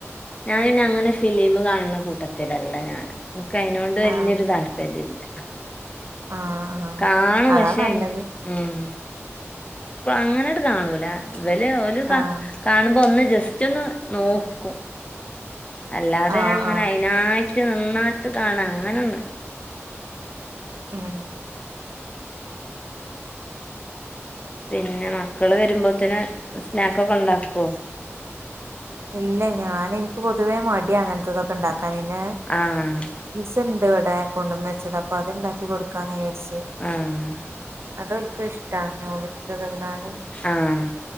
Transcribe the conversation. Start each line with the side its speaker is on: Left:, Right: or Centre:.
Left: ഞൻ അങ്ങനെ ഫിലിം കാണണ കൂട്ടത്തിലല്ല ഞാൻ എനിക്ക് അതിനോട് വലിയൊരു
Right: ആഹ്
Left: താല്പര്യല്ല.
Right: ആഹ് ആഹ്
Left: കാണും
Right: അതാ
Left: പക്ഷേ
Right: നല്ലത്
Left: ഉം അങ്ങനെ ങ്ങട്ട് കാണൂല ഇവല് ഓല് കാ
Right: ആഹ്
Left: കാണുമ്പോ ഒന്ന് ജസ്റ്റ് ഒന്ന് നോക്കും അല്ലാതെ
Right: ആഹ്
Left: ഞാൻ അങ്ങനെ
Right: ആഹ്
Left: അതിനായിട്ട്. ട്ട് നിന്നിട്ട് കാണാ അങ്ങനെ ഒന്നും ഇല്ല.
Right: ഉം
Left: പിന്നെ മക്കള് വരുമ്പോത്തിന് സ്നാക്ക് ഒക്കെ ഇണ്ടാക്കുവോ?
Right: ഇലെയ് ഞാൻ എനിക്ക് പൊതുവേ മടിയാ അങ്ങനത്തതൊക്കെ ഇണ്ടാക്കാന്.
Left: ആഹ്
Right: ഇത് ഇണ്ട് ഇവിടെ കൊണ്ടുവന്ന് വെച്ചത് അപ്പൊ അത്ണ്ടാക്കി കൊടുക്കാന്ന് വിചാരിച്ച്.
Left: ആഹ്
Right: അതൊൽക്ക് ഇഷ്ട. തങ്ങോലിച്ചത് എന്നാലും
Left: ആ!